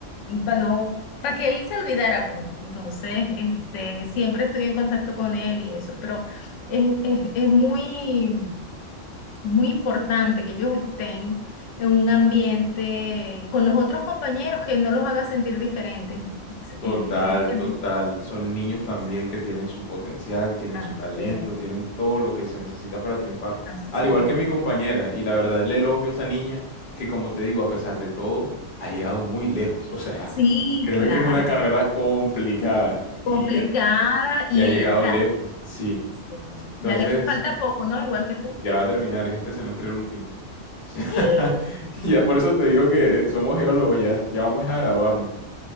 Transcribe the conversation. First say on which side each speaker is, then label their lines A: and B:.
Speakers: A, on the left (about 75°); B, on the left (about 50°).
A: para no, para que él se olvidara, pues. Entonces, este, siempre estoy en contacto con él y eso, pero es, es, es muy, es muy importante que ellos estén en un ambiente con los otros compañeros que no los haga sentir diferentes. Ex-
B: Total,
A: eh, ¿Entiendes?
B: total. Son niños también
A: Exacto.
B: que tienen su potencial, tienen
A: Así
B: su talento,
A: es,
B: tienen todo lo que se necesita para triunfar.
A: así
B: Al igual
A: es.
B: que mi compañera, y la verdad le elogio a esa niña que, como te digo, a pesar de todo, ha llegado muy lejos. <laughs> O sea,
A: Sí,
B: créeme
A: claro.
B: que es una carrera complicada y,
A: complicada y
B: y ha llegado
A: ella está.
B: lejos. Sí.
A: Sí.
B: Entonces,
A: Ya le falta poco, ¿no? Igual que tú.
B: ya va a terminar, es este semestre el último. <laughs> O sea,
A: ¡Ah!
B: ya por eso te digo que somos geólogos, ya, ya vamos a graduarnos.